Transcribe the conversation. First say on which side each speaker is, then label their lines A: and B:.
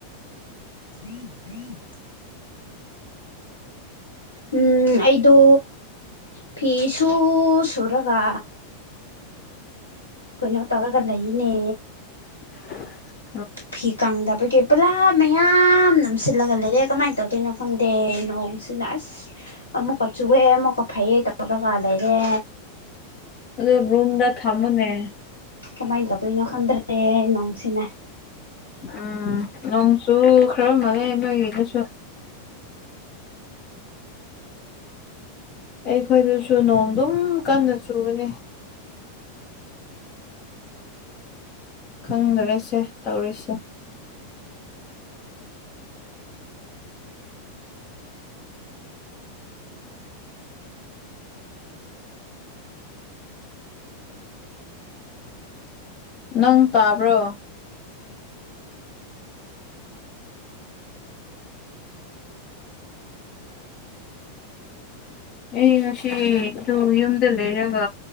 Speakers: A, on the left; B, on the left.
A: <unintelligible> ꯎꯝ ꯑꯩꯗꯣ ꯐꯤꯁꯨ ꯁꯨꯔꯒꯥ ꯀꯩꯅꯣ ꯇꯧꯔꯒ ꯂꯩꯅꯦ
B: <unintelligible>
A: ꯐꯤ ꯀꯪꯗꯕꯒꯤ ꯄꯨꯂꯥꯞ ꯃꯌꯥꯝ ꯅꯝꯁꯤꯜꯂꯒ ꯂꯩꯔꯦ ꯀꯃꯥꯏꯅ ꯇꯧꯗꯣꯏꯅꯣ ꯈꯪꯗꯦ ꯅꯣꯡꯁꯤꯅ ꯑꯁ ꯑꯃꯨꯛꯀ ꯆꯨꯋꯦ ꯑꯃꯨꯛꯀ ꯐꯩꯌꯦ ꯇꯧꯔꯒ ꯂꯩꯔꯦ
B: ꯑꯗꯨ ꯔꯨꯝꯗ ꯊꯝꯃꯨ ꯅꯦ
A: ꯀꯃꯥꯏꯟ ꯇꯧꯗꯣꯏꯅꯣ ꯈꯪꯗ꯭ꯔꯦ ꯅꯣꯡꯁꯤꯅ
B: ꯑꯥ ꯅꯣꯡꯁꯨ ꯈꯔ ꯃꯪꯉꯦ ꯅꯣꯏꯒꯤꯗꯁꯨ ꯑꯩꯈꯣꯏꯗꯨꯁꯨ ꯅꯣꯡ ꯗꯨꯝ ꯀꯟꯅ ꯆꯨꯕꯅꯦ ꯈꯪꯗꯔꯦꯁꯦ ꯇꯧꯔꯤꯁꯦ ꯅꯪ ꯇꯥꯕ꯭ꯔꯣ ꯑꯩ ꯉꯁꯤ ꯗꯨ ꯌꯨꯝꯗ ꯂꯩꯔꯒꯥ